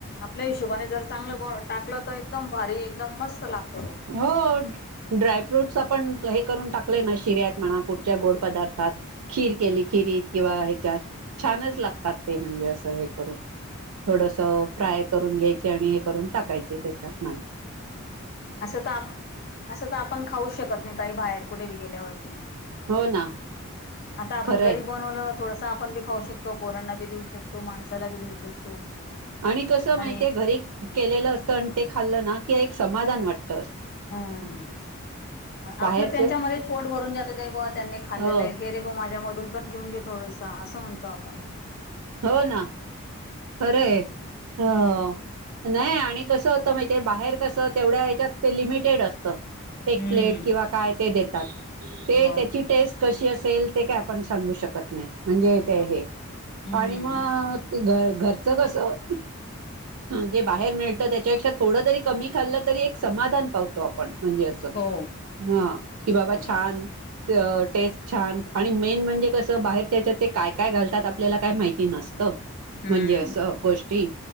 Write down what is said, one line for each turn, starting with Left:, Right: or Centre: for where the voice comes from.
Left: आपल्या हिशोबाने जर चांगलं गो टाकलं त एकदम भारी एकदम मस्त लाग
Right: हो, ड्र ड्राय फ्रूटस आपण ग हे करून टाक कले ना शिऱ्यात म्हणा कुठच्या गोड पदार्थात खीर केली
Left: हम्म
Right: खिरीत किंवा ए च्यात छानच लागतात ते म्हणजे अस हे
Left: हम्म.
Right: करून. थोडसं फ्राय करून घ्यायचे आणि हे करून टाकायचे त्याच्यातनं.
Left: असं त आप असं त आपण खाऊस शकत नाही ताई बाहेर कुठे बी गेल्यावरती.
Right: हो ना
Left: आता आपण
Right: खरंय
Left: घरी बनवलं थोडसं आपण बी खाऊ शकतो पोरांना बी देवू शक तो माणसाला बी द्यू शकतो.
Right: आणि कसं
Left: आणि
Right: माहितीये घरी केलेलं असतं आणि ते खाल्लं ना कि एक समाधान वाट
Left: हम्म, म
Right: बाहेरचे
Left: आपलं त्यांच्यामध्येच पोट भरून जात जाई बॉ त्यांनी खाल्ले
Right: हो
Left: आहेे रे माझ्या मधून पण घेऊन घे थोडसा असं म्हणत.. त आपण...
Right: हो ना खरंय ह नाही आणि कस होत माहि... ते बाहेर कस तेवढ्या हेच्यात ते लिमिटेड असत एक
Left: हम्म
Right: प्लेट किंवा काय ते देतात. ते
Left: मग
Right: त्याची टेस्ट कशी असेल. ते काय आपण सांगू शकत नाही. म्हणजे
Left: बरोबर
Right: ते हे
Left: हम्म
Right: आणि मग ते घर घरचं कसं... जे बाहेर मिळतं त्याच्यापेक्षा थोडं जरी कमी खाल्लं तरी एक समाधान पावतो आपण... म्हणजे असं
Left: हो
Right: हा कि बाबा
Left: बरोबर
Right: छान... टेस्ट छान आणि मेन म्हणजे कसं बाहेरच्या याच्यात ते काय काय घालतात. आपल्याला काय माहिती नसतं.
Left: हम्म
Right: म्हणजे असं गोष्टी